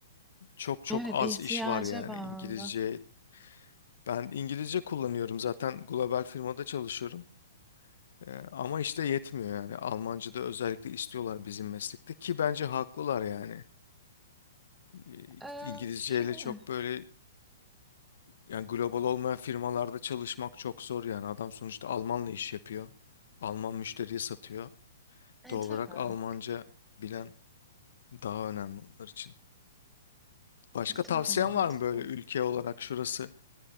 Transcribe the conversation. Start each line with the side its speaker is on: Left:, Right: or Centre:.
Left: çok çok
Centre: Evet
Left: az
Centre: ihtiyaca
Left: iş var yani
Centre: bağlı.
Left: İngilizce. Ben İngilizce kullanıyorum zaten global firmada çalışıyorum. Ee, Ama işte yetmiyor yani Almanca da özellikle istiyorlar bizim meslekte ki bence haklılar yani. İ-
Centre: E,
Left: İngilizceyle
Centre: şey,
Left: çok böyle Yani global olmayan firmalarda çalışmak çok zor yani. Adam sonuçta Almanla iş yapıyor. Alman müşteriye satıyor.
Centre: e,
Left: Doğal
Centre: tabii.
Left: olarak Almanca bilen daha önemli onlar için. Başka tavsiyen
Centre: Tabii mantıklı.
Left: var mı böyle ülke olarak şurası